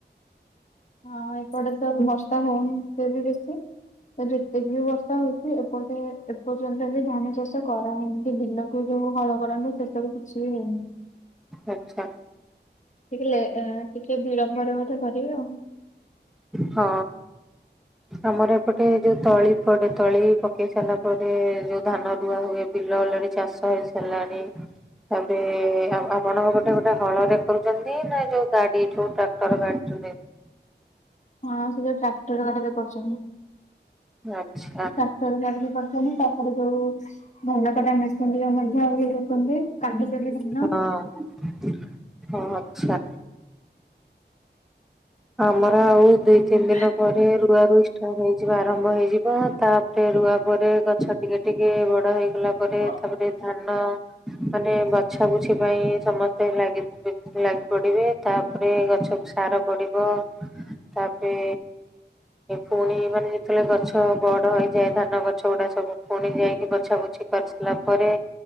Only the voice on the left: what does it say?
ହଁ ଏପଟେ ତ ବର୍ଷା ହଉନି ସେ ବି ବେଶୀ ଯେତିକି ବି ବର୍ଷା ହଉଛି ପଟେ ଏପର୍ଯ୍ୟନ୍ତ ବି ଧାନ ଚାଷ କରାନ୍ତି ବିଲକୁ ଯୋଉ ହଳ କରନ୍ତି। ସେ ସବୁ କିଛି ବି ହେଇନି
ଟିକେ ଲେଟ ଟିକେ ବିଳମ୍ବରେ ବୋଧେ କରିବେ ଆଉ।
ହଁ, ସେ ଯୋଉ ଟ୍ରାକ୍ଟର ଗାଡ଼ିରେ କରୁଛନ୍ତି।
ଟ୍ରାକ୍ଟର ଗାଡ଼ିରେ କରୁଛନ୍ତି । ତାପରେ ଯୋଉ ଧାନ କଟାମଛନ୍ତି ଯୋଉମାନେ ହ ବି ଖଣ୍ଡଲେ ନିନ
<unintelligible>
ହୁଁ
ହଁ